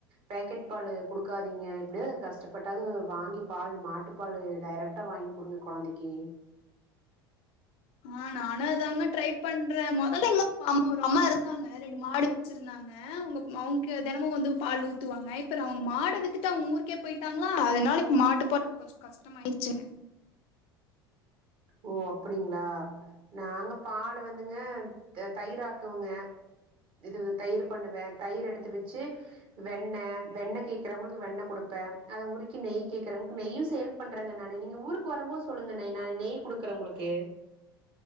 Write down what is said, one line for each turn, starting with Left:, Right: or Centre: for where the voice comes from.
Right: பேக்கெட் பாலு குடுக்காதீங்க எப்டியாது கஷ்டப்பட்டாது வாங்கி பால் மாட்டு பாலு டைரட்டா வாங்கி குடுங்க கொழந்தைக்கி
Left: ஆ நானு அதாங்க ட்ரைப் பண்ற மொதல்ல இங்க ஒரு <unintelligible> அம்மா இருந்தாங்க ரெண்டு மாடு வச்சிருந்தா ங்க அவங்க மொவங்க தெனமு வந்து பால் ஊத்துவாங்க இப்பறோ அவங்க மாடு வித்துட்டு அவங்க ஊருக்கே போய் ட்டாங்களா அதனாலப் இப்ப மாட்டுப்பாலுக் கொஞ்சோ கஷ்டமாயிருச்சுங்க
Right: ஓ அப்டிங்ளா நாங்க பால வந்துங்க த தயிராக்குவங்க இது வ தயிர் பண்ணுவே தயிர் எடுத்து வச்சு வெண்ண வெண்ண கேக்றவங்களுக்கு வெண்ண குடுப்ப அத உருக்கி நெய் கேக்றவங்களுக்கு நெய்யு சேல் பண்றங்க நானு நீங்க ஊருக்கு வரும்போது சொல்லுங்க நை நாய் நெய் குடுக்குற ஒங்க்ளுக்கு